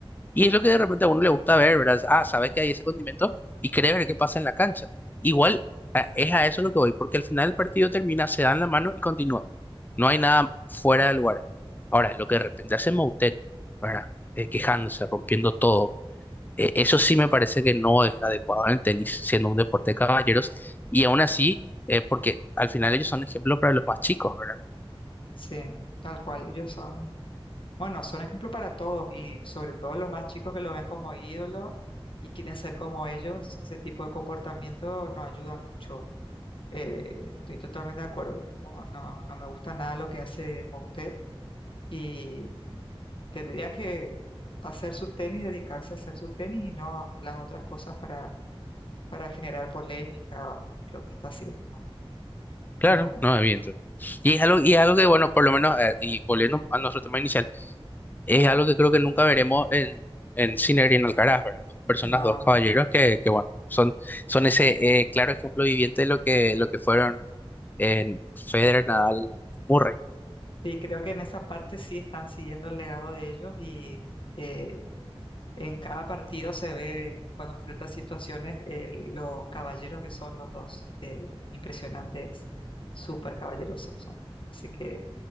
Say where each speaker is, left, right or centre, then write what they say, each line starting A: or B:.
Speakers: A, on the left (about 20°); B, on the left (about 60°).
A: Y es lo que de repente a uno le gusta ver, ¿verdad? Ah, sabes que hay ese condimento y querés ver qué pasa en la cancha. Igual a- es a eso lo que voy, porque al final el partido termina, se dan la mano y continúan. No hay nada fuera de lugar. Ahora, lo que de repente hace Moutet, ¿verdad? Eh, quejándose, rompiendo todo. eh, eso sí me parece que no es adecuado en el tenis, siendo un deporte de caballeros. Y aún así, eh, porque al final ellos son ejemplo para los más chicos, ¿verdad?
B: sí, tal cual, ellos son... Bueno, son ejemplo para todos y sobre todo los más chicos que lo ven como ídolo y quieren ser como ellos, ese tipo de comportamiento nos ayuda mucho. Eh, estoy totalmente de acuerdo. No, no, no me gusta nada lo que hace Moutet y tendría que hacer su tenis, dedicarse a hacer su tenis y no las otras cosas para, para generar polémica o lo que está haciendo, ¿no?
A: Claro,
B: No,
A: no, evidente. Y es algo, y es algo que, bueno, por lo menos, eh, y volviendo a nuestro tema inicial. Es algo que creo que nunca veremos en, en Sinner y en Alcaraz, ¿verdad? Dos personas,
B: no.
A: dos caballeros que, que bueno, son, son ese eh, claro ejemplo viviente de lo que, lo que fueron en Federer, Nadal, Murray.
B: Y creo que en esa parte sí están siguiendo el legado de ellos y eh, En cada partido se ve cuando enfrentan situaciones eh, los caballeros que son los dos. eh, impresionantes, súper caballerosos son. Así que